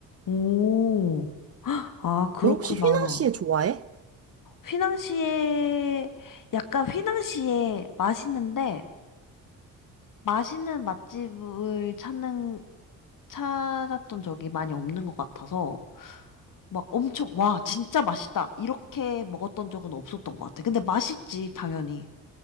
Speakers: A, on the left; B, on the right.
A: 오, 아, 그렇구나.
B: 너 혹시 휘낭시에 좋아해?
A: 휘낭시에, 약간 휘낭시에 맛있는데, 맛있는 맛집을 찾는, 찾았던 적이 많이 없는 것 같아서, 막 엄청, 와, 진짜 맛있다. 이렇게 먹었던 적은 없었던 것 같아. 근데 맛있지, 당연히.